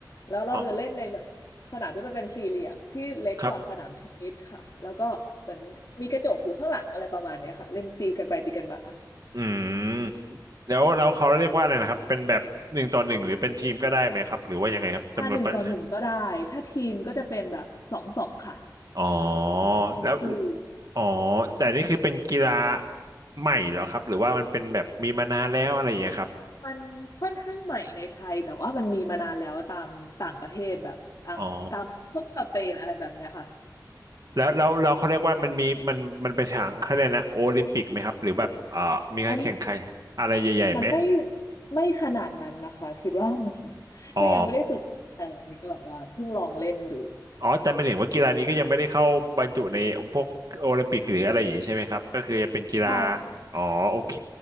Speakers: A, on the left (about 55°); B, on the right (about 60°).
A: แล้วเราจะเล่นในแบบ
B: อ๋อ
A: สนามที่มันเป็นสี่เหลี่ยมที่เล็กกว่าสนามเทนนิสค่ะแล้วก็เหมือนมีกระจกอยู่ข้างหลังอะไรประมาณเนี้ยค่ะเล่นตีกันไปตีกันมา
B: ครับอืมแล้วแล้วเขาเรียกว่าอะไรนะครับเป็นแบบหนึ่งต่อหนึ่งหรือเป็นทีมก็ได้ไหมครับหรือว่ายังไงครับจำนวนประ
A: อ่าหนึ่งต่อหนึ่งก็ได้ถ้าทีมก็จะเป็นแบบสองสองค่ะ
B: อ๋อ
A: เป็นคู่
B: แล้วอ๋อแต่นี่คือเป็นกีฬาใหม่เหรอครับหรือว่ามันเป็นแบบมีมานานแล้วอะไรอย่างเงี้ยครับ
A: มันค่อนข้างใหม่ในไทยแต่ว่ามันมีมานานแล้วตามต่างประเทศแบบต่างตามพวกสเปนอะไรแบบเนี้ยค่ะ
B: อ๋อ แล้วแล้วล้เขาเรียกว่ามันมีมันมันไปนทางเขาเรียกนะโอลิมปิกไหมครับหรือแบบเอ่อมีการแข่งขันอะไรใหญ่ๆไหม
A: อ๋อมันไม่ไม่ขนาดนั้นนะคะคิดว่า <laughs>
B: อ๋อ
A: ก็ยังไม่ได้ฝึกแต่อันนี้ก็แบบว่าเพิ่งลองเล่นดู
B: อ๋อแต่ไม่เห็นว่ากีฬานี้ก็ยังไม่ได้เข้าบรรจุในพวกโอลิมปิกหรืออะไรอย่างนี้ใช่ไหมครับก็คือจะเป็นกีฬา
A: ใช่ค่ะ
B: อ๋อโอเค